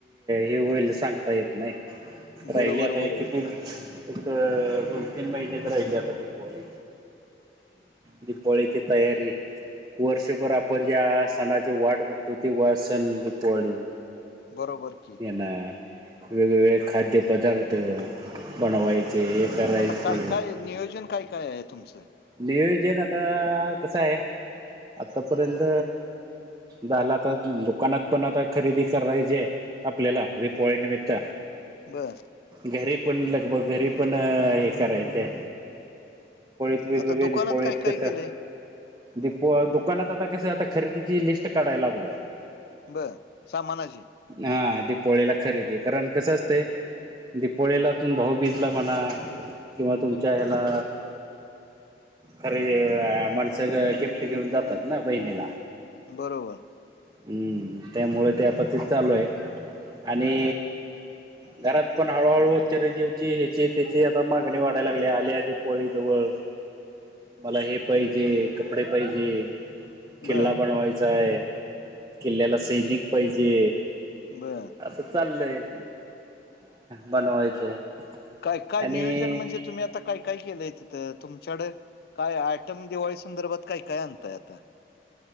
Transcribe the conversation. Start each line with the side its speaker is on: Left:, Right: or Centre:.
Right: हे होईल सांगता येत नाही राहिले
Left: बरोबर
Right: आता हे
Left: बरोबर
Right: किती येक दोन तीन महिनेच राहिली आता दिपवाळी. दिपावाळीची तयारी. वर्षभर आपण ज्या सणाची वाट बघतोय ती वा सण दिपवाळी.
Left: बरोबर की.
Right: येणार. वेगवेगळे खाद्य पदार्थ बनवायचे. करायचे
Left: आता काय काय? नियोजन काय काय आहे तुमचं
Right: नियोजन आता कसं आहे आतापर्यंत झाला आता तर दुकानात पण आता खरेदी करायची आहे आपल्याला रिपोळी निमित्त
Left: बर
Right: घरी पण लगभग घरी पण हे करायचंय वेगवेगळे्या
Left: आता दुकानात
Right: दिपावली
Left: काय
Right: आहेत
Left: काय
Right: कस
Left: केलंय
Right: दीप दुकानात आता कस आता खरेदीची लिस्ट काढायला लागलोय.
Left: बरं सामानाची.
Right: हा दिपवाळीला खरेदी कारण कसं असतेय. दिपवाळीला तून भाऊबीजला म्हणा किंवा तुमच्या ह्याला खरेदी माणसं गिफ्ट घेऊन जातात ना बहिणीला.
Left: बरोबर.
Right: हम्म त्यामुळे ते आता त चालू आहे आणि घरात पण हळूहळू चिरंजीवची ह्याची त्याची आता मागणी वाढाय लागली आल्या दीपवाळीजवळ. मला हे पाहिजे कपडे पाहिजे किल्ला
Left: बर
Right: बनवायचा आहे. किल्ल्याला सैनिक पाहिजे.
Left: बरं.
Right: असं चाललय बनवायचं.
Left: काय काय
Right: आणि
Left: नियोजन म्हणजे तुम्ही आता काय काय केलंय तिथं तुमच्याकड काय आयटम दिवाळीच संदर्भात काय काय अनतय आता.